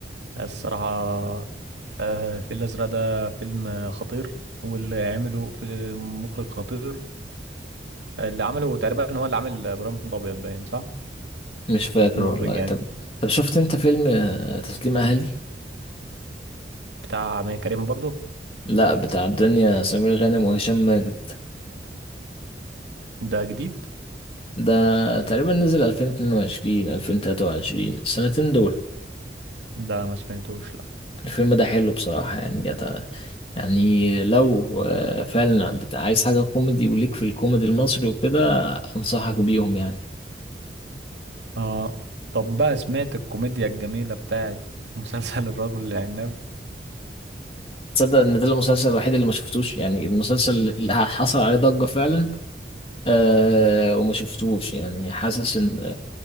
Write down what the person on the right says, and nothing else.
الصراحة آه، الفيل الأزرق ده فيلم خطير واللي عمله في مخرج خطير اللي عمله تقريبا هو اللي عمل إبراهيم الأبيض باين صح؟
المخرج
يعني
بتاع أمير كريم برضو
ده جديد؟
لا ما سمعتوش لا
اه طب بقى سمعت الكوميديا الجميلة بتاعت مسلسل الرجل العناب